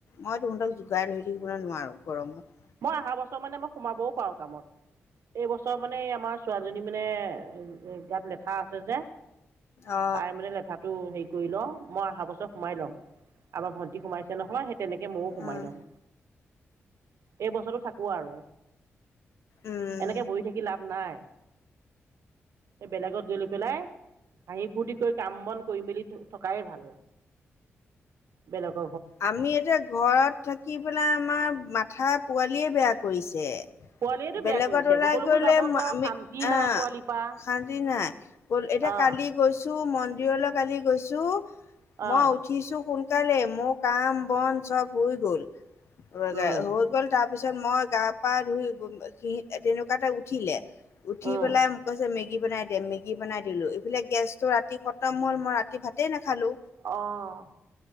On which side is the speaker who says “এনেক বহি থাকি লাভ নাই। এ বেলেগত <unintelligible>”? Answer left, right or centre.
Right